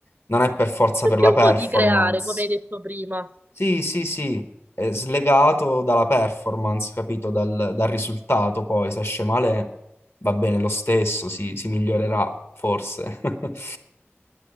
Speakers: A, on the left (about 65°); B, on the right (about 45°).
A: Non è per forza
B: Perché
A: per la
B: un
A: performance.
B: po' di creare, come hai detto prima.
A: Sì, sì, sì, è slegato dalla performance, capito? Dal, dal risultato poi, se esce male va bene lo stesso, si, si migliorerà forse. <laughs>